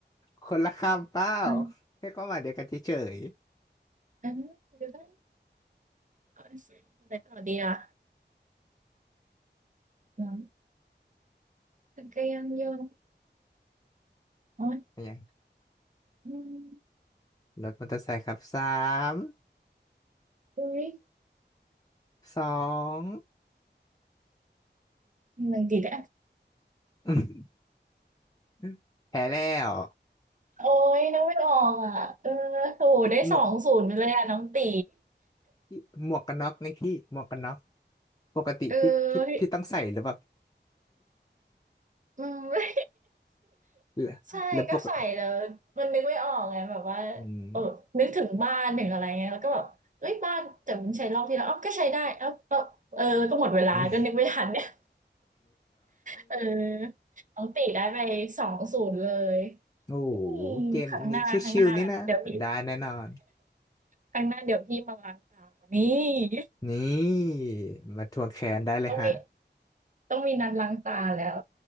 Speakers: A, on the left; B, on the right.
A: คนละคำเปล่า
B: เออ
A: แค่ความหมายเดียวกันเฉย
B: เออดูได้อะไรต่อดีล่ะน้ำจักรยานยนต์โอ๊ย
A: ๆอะไรอย่าง
B: อืม
A: รถมอเตอร์ไซค์ครับสาม
B: อุ้ย
A: สอง
B: อะไรดีนะ
A: <coughs> อืมแพ้แล้ว
B: โอ๊ยนองไม่ออกอ่ะเออโหได้สองศูนย์ไปเลยอ่ะน้องตี
A: พี่หมวกพี่หมวกกันน็อกนี่พี่หมวกกันน็อกปกติพี่พี่พี่ต้องใส่หรือเปล่า
B: เออ อืม <laughs> ไม่
A: หรือหรือปก
B: ใช่ก็ใส่แล้วมันนึกไม่ออกไงแบบว่า
A: อืม
B: เออนึกถึงบ้านถึงอะไรเงี้ยแล้วก็แบบเฮ้ยบ้านแต่มันใช้รอบที่แล้วอ้าวก็ใช้ได้อ้าวก็เออก็หมดเวลาก็นึกไม่ทันเนี่ย
A: <coughs> อืม
B: เออน้องติได้ไป2-0เลย
A: โอ้โหเกมนี้ชิวๆนี่นะได้แน่นอน
B: อืมครั้งหน้าครั้งหน้าเดี๋ยวพี่ครั้งหน้าเดี๋ยวพี่มาล้างตานี่
A: นี่มาทวงแค้นได้เลยฮะ
B: ต้องมีต้องมีนัดล้างตาแล้ว